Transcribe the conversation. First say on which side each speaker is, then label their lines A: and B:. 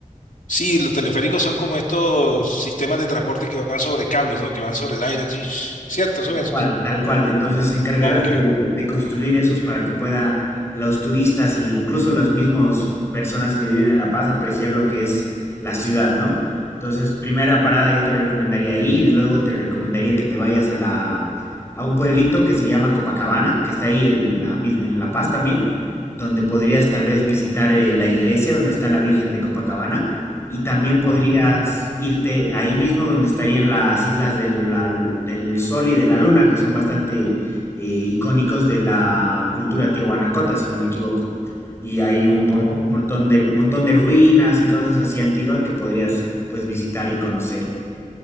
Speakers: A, on the left; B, on the left.
A: Sí, los teleféricos son como estos sistemas de transporte que van sobre cables, ¿no? Que van sobre el aire, sí, cierto, son esos.
B: cual, tal cual, entonces se encargaron
A: Ok.
B: de, de construir esos para que pueda los turistas e incluso las mismas personas que viven en La Paz apreciar lo que es la ciudad, ¿no? Entonces, primera parada yo te recomendaría ahí y luego te recomendaría que te vayas a la a un pueblito que se llama Copacabana, que está ahí en la, mis- en la Paz también, donde podrías tal vez visitar eh, la iglesia donde está la Virgen de Copacabana Y también podrías
A: Ah,
B: irte ahí mismo donde estarían las islas de la- del Sol y de la Luna, que son bastante eh, icónicos de la cultura tiahuanacota, si no me equivoco. Y hay un pon-
A: oh.
B: montón de, montón de ruinas y cosas así antiguas que podrías pues visitar y conocer.